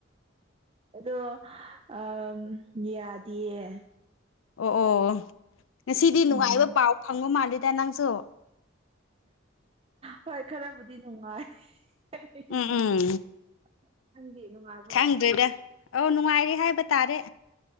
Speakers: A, on the right; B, on the left.
A: ꯑꯗꯣ ꯑꯝ ꯌꯥꯗꯤꯌꯦ
B: ꯑꯣ ꯑꯣ ꯉꯁꯤꯗꯤ ꯅꯨꯡꯉꯥꯏꯕ
A: ꯎꯝ
B: ꯄꯥꯎ ꯐꯪꯕ ꯃꯥꯜꯂꯦꯗ ꯅꯪꯁꯨ
A: ꯍꯣꯏ ꯈꯔꯕꯨꯗꯤ ꯅꯨꯡꯉꯥꯏ <unintelligible>
B: ꯎꯝ ꯎꯝ
A: ꯅꯪꯗꯤ ꯅꯨꯡꯉꯥꯏꯕ꯭ꯔꯣ
B: ꯈꯪꯗ꯭ꯔꯦꯗ ꯑꯧ ꯅꯨꯡꯉꯥꯏꯔꯦ ꯍꯥꯏꯕ ꯇꯥꯔꯦ